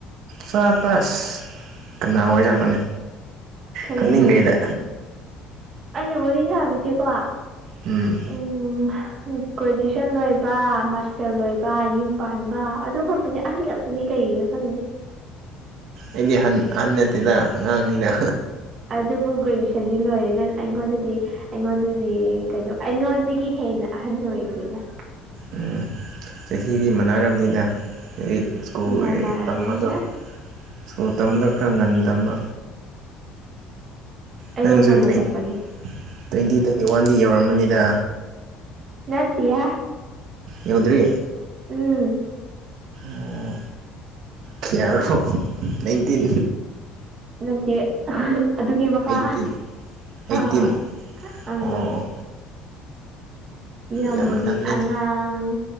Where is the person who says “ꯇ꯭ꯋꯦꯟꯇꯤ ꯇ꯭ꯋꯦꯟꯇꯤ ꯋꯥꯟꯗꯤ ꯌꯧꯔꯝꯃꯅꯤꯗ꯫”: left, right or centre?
Right